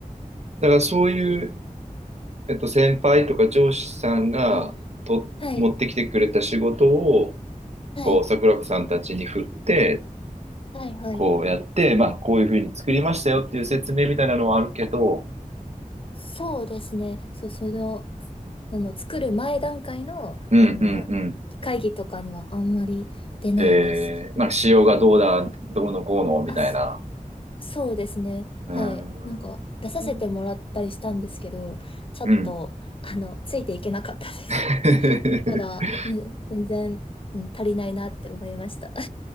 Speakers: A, on the right; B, on the left.
A: だからそういう、えっと、先輩とか上司さんがと持ってきてくれた仕事を、
B: うん。はい。はい。
A: こう、桜子さんたちに振って、
B: はい。はい。
A: こうやって、まあ、こういうふうに作りましたよっていう説明みたいなのはあるけど、
B: そうですね。そう、その、その作る前段階の、
A: うん、
B: あの、
A: うん、うん。
B: 会議とかにはあんまり出ないです。
A: えー、なんか仕様がどうだ、どうのこうのみたいな。
B: あ、そ、そうですね。
A: あ
B: はい。なんか、出させてもらったりしたんですけど、
A: ー
B: ちょっと、
A: うん。
B: あの、ついていけなかったです。
A: <laughs>
B: <laughs> まだ、ね、全然、うん、足りないなって思いました。